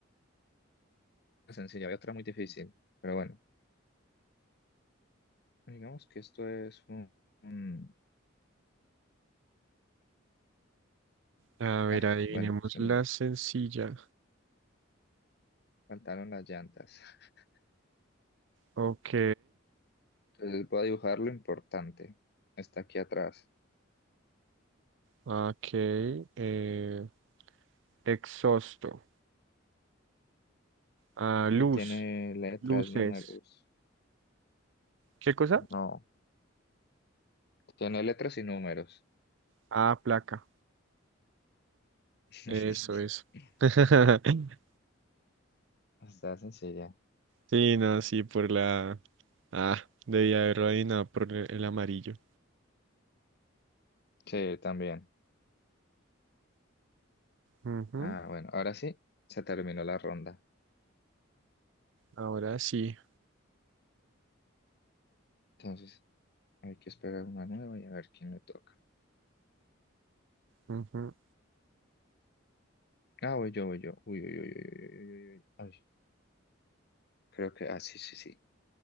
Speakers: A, on the left; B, on the right.
A: la sencilla, había otra muy difícil. Pero bueno, digamos que esto es un... un-
B: A ver,
A: Ah,
B: adivinemos
A: bueno, se
B: la
A: me
B: sencilla.
A: faltaron las llantas. <laughs>
B: Ok,
A: Entonces voy a dibujar lo importante. Está aquí atrás.
B: ok. eh, exhausto. Ah,
A: Y
B: luz,
A: tiene letras,
B: luces.
A: números.
B: ¿Qué cosa?
A: No, tiene letras y números.
B: Ah, placa.
A: <laughs>
B: Eso, eso. <laughs>
A: Está sencilla.
B: Sí, no, sí, por la... Ah, debía haberlo adivinado por el el amarillo.
A: Sí, también.
B: Ujú,
A: Ah, bueno, ahora sí, se terminó la ronda.
B: Ahora sí.
A: Entonces hay que esperar una nueva y a ver quién le toca.
B: Ujú.
A: Ah, voy yo, voy yo. Uy, uy, uy, uy, uy, uy, uy, uy. uy. Ay, creo que, ah, sí, sí, sí.